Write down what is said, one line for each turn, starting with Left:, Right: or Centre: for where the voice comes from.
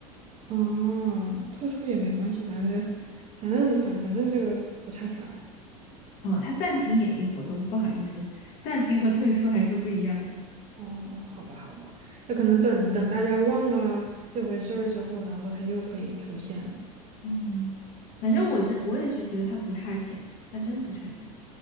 Right: 哦，退出也没关系，反正反正反反正这个不差钱儿。
Left: 哦，他暂停演艺活动，不好意思，暂停和退出还是不一样的。
Right: 哦，哦好吧，好吧，那可能等等大家忘了这回事儿之后，然后他又可以出现了。
Left: 嗯，反正我真我也是觉得他不差钱，他真不差钱。